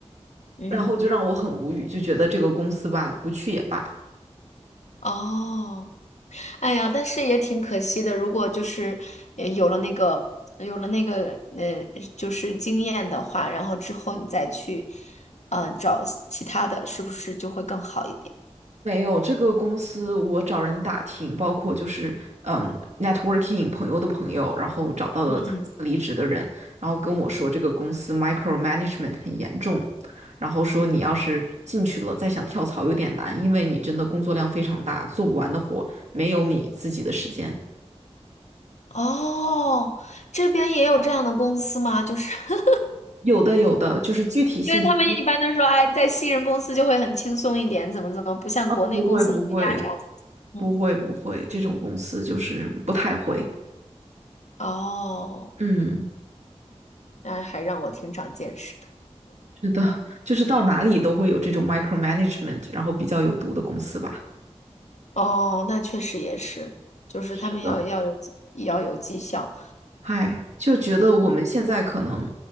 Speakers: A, on the left; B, on the right.
A: 嗯。
B: 然后就让我很无语，就觉得这个公司吧，不去也罢。
A: 哦，哎呀，但是也挺可惜的。如果就是呃有了那个有了那个呃，就是经验的话，然后之后你再去呃找其他的，是不是就会更好一点？
B: 没有，这个公司我找人打听，包括就是嗯，networking 朋友的朋友，然后找到了曾经离职的人，
A: 嗯嗯。
B: 然后跟我说这个公司 micromanagement 很严重，然后说你要是进去了再想跳槽有点难，因为你真的工作量非常大，做不完的活，没有你自己的时间。
A: 哦，这边也有这样的公司吗？就是 <laughs>
B: 有的有的，就是具体信息
A: 因为他们一般都说，哎，在新人公司就会很轻松一点，怎么怎么，不像国内公司那么压榨，
B: 不会不会
A: 怎么怎么嗯，
B: 不会不会，这种公司就是不太会，
A: 哦，
B: 嗯。
A: 那还让我挺长见识的。
B: 是的，就是到哪里都会有这种 micromanagement，然后比较有毒的公司吧。
A: 哦，那确实也是，就是他们要要有绩也要有绩效。
B: 是的，嗨，就觉得我们现在可能
A: 嗯